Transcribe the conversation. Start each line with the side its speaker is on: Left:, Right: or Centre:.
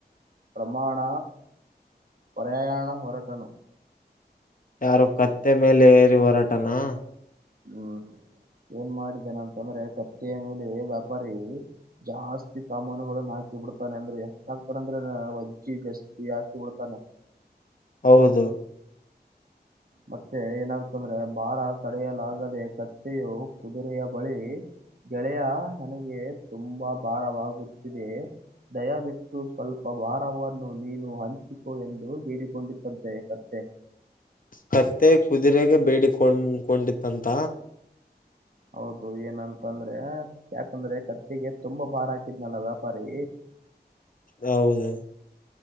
Right: ಪ್ರಮಾಣ. ಪ್ರಯಾಣ ಹೊರಟನು.
Left: ಯಾರು ಕತ್ತೆ ಮೇಲೆ ಏರಿ ಹೊರಾಟನಾ?
Right: ಹ್ಮ್ ಏನ್ ಮಾಡಿದ್ದೇನ ಅಂತಂದ್ರೆ ಕತ್ತೆಯ ಮೇಲೆ ವ್ಯಾಪಾರಿ. ಜಾಸ್ತಿ ಸಾಮಾನುಗಳನ್ನು ಹಾಕಿ. ಹಾಕಿ ಬಿಡ್ತಾನೆ ಅಂದ್ರೆ ಹಕ್ತಾರ ಅಂದ್ರ ಒಜ್ಜಿ ಗಸ್ತಿ ಹಾಕಿ ಬಿಡ್ತಾನೆ.
Left: ಹೌದು.
Right: ಮತ್ತೆ ಏನಾಗ್ತಂದ್ರೆ ಭಾರ ತಡೆಯಲಾಗದೆ ಕತ್ತೆಯು ಕುದುರೆಯ ಬಳೀ. ಗೆಳೆಯ ನನಗೆ ತುಂಬಾ ಭಾರವಾಗುತ್ತಿದೆ. ದಯವಿಟ್ಟು ಸ್ವಲ್ಪ ಭಾರವನ್ನು ನೀನು ಹಂಚಿಕೊ ಎಂದು ಬೇಡಿಕೊಂಡಿತ್ತಂತೆ ಕತ್ತೆ.
Left: ಕತ್ತೆ ಕುದುರೆಗೆ ಬೇಡಿಕೊಂಡಕೊಂಡಿತ್ತಂತ..
Right: ಹೌದು ಏನಂತ ಅಂದ್ರೆ ಯಾಕಂದ್ರೆ ಕತ್ತಿಗೆ ತುಂಬಾ ಭಾರ ಹಾಕಿದ್ನಲ್ಲ ವ್ಯಾಪಾರಿ.
Left: ಹೌದು.